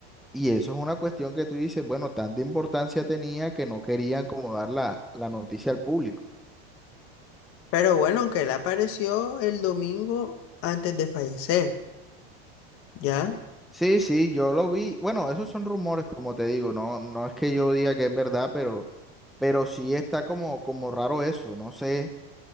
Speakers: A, in the centre; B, on the left.
A: Y eso es una cuestión que tú dices, bueno, tanta importancia tenía que no querían como dar la, la noticia al público.
B: Pero bueno, aunque él apareció el domingo antes de fallecer, ya.
A: Sí, sí, yo lo vi. Bueno, esos son rumores, como te digo, no, no es que yo diga que es verdad, pero, pero sí está como, como raro eso. No sé,